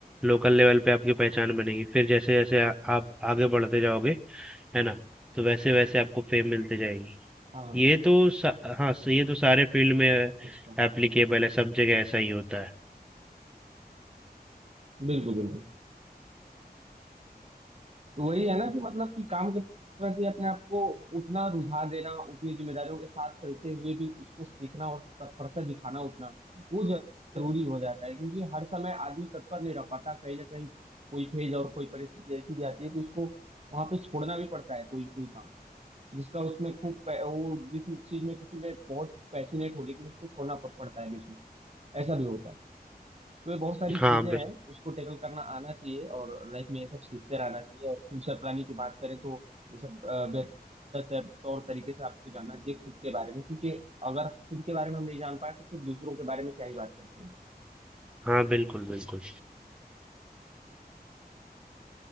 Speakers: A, in the centre; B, on the right.
A: लोकल लेवल पे आपकी पहचान बनेगी, फिर जैसे-जैसे आ, आप आगे बढ़ते जाओगे, है ना? तो वैसे-वैसे आपको फेम मिलती जाएगी।
B: हाँ
A: ये तो सा, हाँ, ये तो सारे फील्ड में एप्लीकेबल
B: अच्छा
A: है, सब जगह ऐसा ही होता है।
B: बिल्कुल बिल्कुल तो वही है ना कि मतलब कि काम के प्रति अपने आप को उतना रुझा देना उतनी जिम्मेदारियों के साथ चलते हुए भी उसको सीखना और तत्परता दिखाना उतना वो जरूरी हो जाता है क्योंकि हर समय आदमी तत्पर नहीं रह पाता कहीं ना कहीं कोई फेज और कोई परिस्थिति ऐसी भी आती है कि उसको वहां पे छोड़ना भी पड़ता है कोई कोई काम जिसका उसमें खूब पै- वो जिस चीज में किसी ने बहुत पैशनेट हो लेकिन उसको छोड़ना प- पड़ता है बीच में ऐसा भी होता है तो ये बहुत सारी
A: हाँ
B: चीजें हैं उसको टैकल करना आना चाहिए और लाइफ में ये सब सीखते रहना चाहिए और फ्यूचर प्लानिंग की बात करें तो ये सब अ, बेहतर तर- तौर तरीके से आपको जानना चाहिए खुद के बारे में क्योंकि अगर खुद के बारे में हम नहीं जान पाए तो फिर दूसरों के बारे में क्या ही बात करेंगे
A: हाँ बिल्कुल बिल्कुल